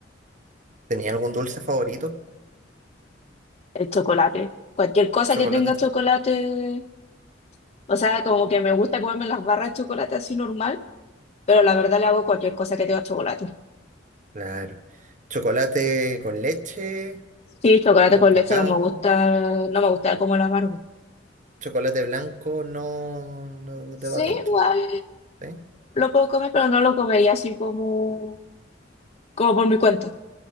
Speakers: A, on the right (about 45°); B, on the left (about 35°).
A: ¿tenía algún dulce favorito?
B: El chocolate. Cualquier cosa
A: Chocolate,
B: que tenga
A: sa-
B: chocolate, o sea, como que me gusta comerme las barras de chocolate así normal, pero la verdad le hago cualquier cosa que tenga chocolate.
A: claro. Chocolate con leche,
B: Sí, chocolate
A: con
B: con
A: cacao.
B: leche no me gusta, no me gusta como el amargo.
A: Chocolate blanco no, no, no
B: Sí,
A: te va tanto.
B: igual
A: ¿sí?
B: lo puedo comer, pero no lo comería así como, como por mi cuenta.